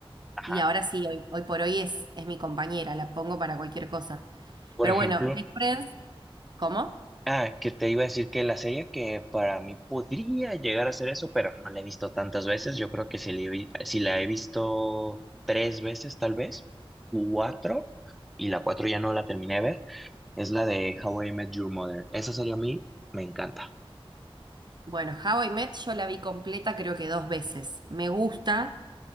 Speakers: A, in the centre; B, on the right (about 45°).
A: Ajá.
B: Y ahora sí, hoy, hoy por hoy es, es mi compañera, la pongo para cualquier cosa.
A: Por
B: Pero
A: ejemplo.
B: bueno, The Friends, ¿cómo?
A: Ah, que te iba a decir que la serie que para mí podría llegar a ser eso, pero no la he visto tantas veces. Yo creo que si, le vi- si la he visto tres veces, tal vez, cuatro, y la cuatro ya no la terminé de ver, es la de How I Met Your Mother. Esa serie a mí me encanta.
B: Bueno, How I Met yo la vi completa creo que dos veces. Me gusta.